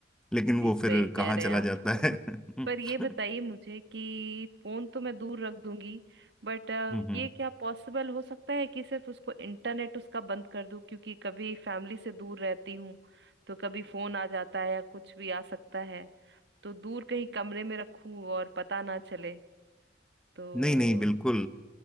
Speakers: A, in the centre; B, on the right.
A: लेकिन
B: जी
A: वो
B: सही
A: फिर कहाँ
B: कह रहे
A: चला
B: हैं आप
A: जाता है <laughs>
B: <laughs>
A: हम्म
B: पर ये बताइए मुझे कि फोन तो मैं दूर रख दूंगी बट
A: हम्म
B: ये क्या पॉसिबल हो सकता है कि सिर्फ उसको इंटरनेट उसका बंद कर दूं क्योंकि कभी फैमिली से दूर रहती हूँ तो कभी फोन आ जाता है या कुछ भी आ सकता है तो दूर कहीं कमरे में रखूं और पता ना चले तो
A: नहीं नहीं बिल्कुल